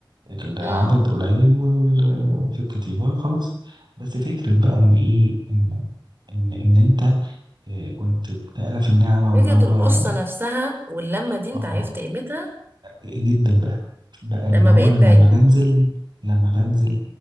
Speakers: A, on the right; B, on the right.
A: العدد
B: امم
A: قليل وال- في الكتيبة وخلاص بس فكرة بقى إن إيه إن إن إن أنت آه، كنت بتألف النعمة واللي
B: بجد
A: هو
B: القصة نفسها واللمة دي انت
A: اه
B: عرفت قيمتها
A: جدا بقى بقى اللي
B: لما
A: هو
B: بقيت
A: انا
B: بعيد
A: لما بنزل لما بنزل